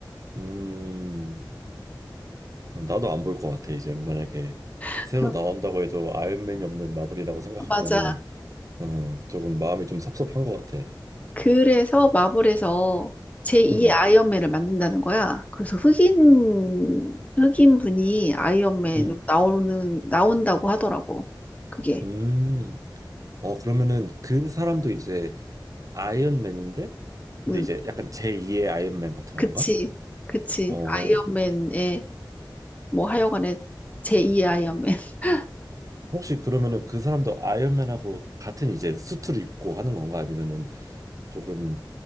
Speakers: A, on the right (about 45°); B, on the left (about 20°).
A: 음. 나도 안 볼 것 같아. 이제 만약에
B: <laughs>
A: 새로 나온다고 해도 아이언맨이 없는 마블이라고 생각하면은
B: 맞아.
A: 음, 조금 마음이 좀 섭섭한 것 같아.
B: 그래서 마블에서 제2의
A: 음,
B: 아이언맨을 만든다는 거야. 그래서 흑인, 흑인 분이 아이언맨으로
A: 음,
B: 나오는, 나온다고 하더라고. 그게.
A: 음. 어 그러면은 그 사람도 이제 아이언맨인데 근데
B: 음,
A: 이제 약간 제2의 아이언맨 같은
B: 그치.
A: 건가?
B: 그치.
A: 어
B: 아이언맨의, 뭐 하여간에 제2의 아이언맨. <laughs>
A: 혹시 그러면은 그 사람도 아이언맨하고 같은 이제 수트를 입고 하는 건가? 아니면은 조금